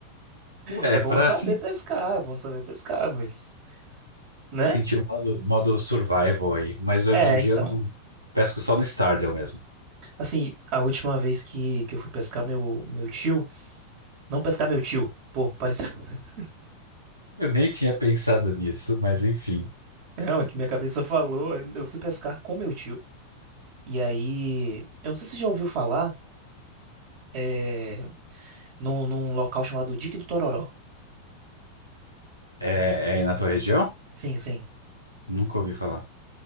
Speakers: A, on the right; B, on the right.
A: Ué,
B: É bom
A: pra
B: saber
A: se
B: pescar, é bom saber pescar, mas, né?
A: Senti o modo, modo survival aí, mas hoje
B: É,
A: em dia
B: então.
A: eu não pesco só no Stardew mesmo.
B: Assim, a última vez que, que eu fui pescar meu, meu tio. Não pescar meu tio. Pô, pareceu. <laughs>
A: Eu nem tinha pensado nisso, mas enfim.
B: Não, é que minha cabeça falou. Eu fui pescar com meu tio. E aí. Eu não sei se você já ouviu falar. É, num, num local chamado Dique do Tororó.
A: É, é aí na tua região?
B: Sim, sim.
A: Nunca ouvi falar.